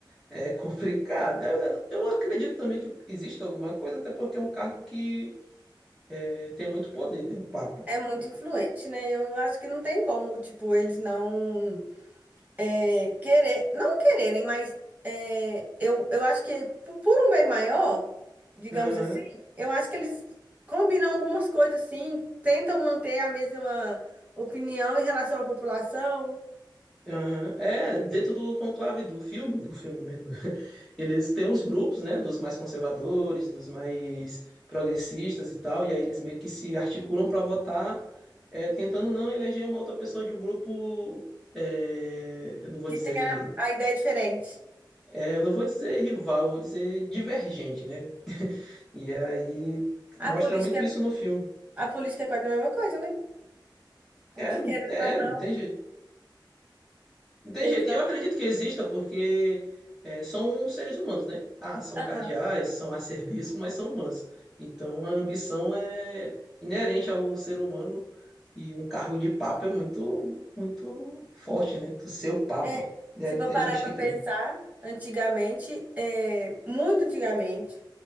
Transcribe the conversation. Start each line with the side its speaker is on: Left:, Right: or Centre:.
Centre: É complicado. Eu, eu- eu acredito também que existe alguma coisa, até porque é um cargo que é, tem muito poder, né? O Papa.
Right: É muito influente, né? Eu acho que não tem como, tipo, eles não. é, querer, não quererem, mas é, eu, eu acho que po- por um bem maior, digamos
Centre: Aham,
Right: assim, eu acho que eles combinam algumas coisas assim, tentam manter a mesma opinião em relação à população,
Centre: aham. É, dentro do conclave do filme, do filme mesmo, <laughs> eles têm os grupos, né, dos mais conservadores, dos mais progressistas e tal, e aí eles meio que se articulam para votar, é, tentando não eleger uma outra pessoa de um grupo, é, eu não vou
Right: que
Centre: dizer,
Right: tem a, a ideia diferente.
Centre: é, eu não vou dizer rival, eu vou dizer divergente, né, E aí mostra
Right: A política,
Centre: muito isso no filme.
Right: a política é quase a mesma coisa, né? Porque
Centre: É, não-
Right: querendo
Centre: é,
Right: ou não,
Centre: não tem jeito. Não tem
Right: eles
Centre: jeito.
Right: não.
Centre: E eu acredito que exista porque é, são seres humanos, né? Ah, são
Right: Aham.
Centre: cardeais, são acerbiços, mas são humanos. Então a ambição é inerente ao ser humano e um cargo de papa é muito, muito forte, né? Tu ser o papa.
Right: É,
Centre: Deve
Right: se for
Centre: ter
Right: parar
Centre: gente
Right: para
Centre: que
Right: pensar,
Centre: tem.
Right: antigamente, é, muito antigamente,